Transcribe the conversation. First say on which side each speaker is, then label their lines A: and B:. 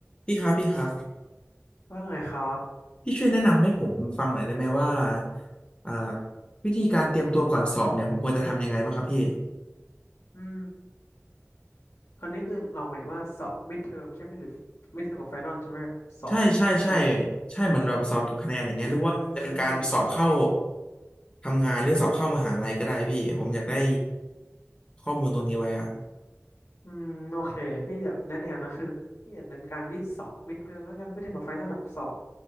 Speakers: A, on the left (about 20°); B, on the left (about 70°).
A: พี่ครับพี่ครับ
B: ว่าไงครับ
A: พี่ช่วยแนะนำให้ผมฟังหน่อยได้ไหมว่าอ่าวิธีการเตรียมตัวก่อนสอบเนี่ยผมควรจะทำยังไงบ้างครับพี่
B: อืมคนนี้คือเราหมายถึงว่าสอบมิดเทอมใช่ไหมหรือมิดเทอมกับไฟนอลใช่ไหมแบบสอบเก็บคะแนน
A: ใช่ใช่ใช่ใช่เหมือนแบบสอบเกี่ยวกับคะแนนอย่างเงี้ยหรือว่าจะเป็นการสอบเข้า
B: อืม
A: ทำงานหรือสอบเข้ามหาลัยก็ได้พี่ผมอยากได้ข้อมูลตรงนี้ไว้อะ
B: อืมโอเคพี่อยากแนะแนวนะคือพี่อยากเน้นการที่สอบมิดเทอมแล้วกันมิดเทอมกับไฟนอลแบสอบ